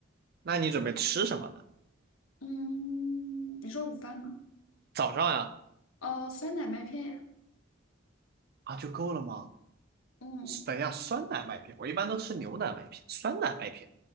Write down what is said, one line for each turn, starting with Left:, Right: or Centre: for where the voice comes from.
Right: 那你准备吃什么呢？
Left: 嗯，你说午饭吗？
Right: 早上呀？
Left: 哦，酸奶麦片呀。
Right: 啊，就够了吗？
Left: 嗯。
Right: 等一下，酸奶麦片，我一般都吃牛奶麦片，酸奶麦片。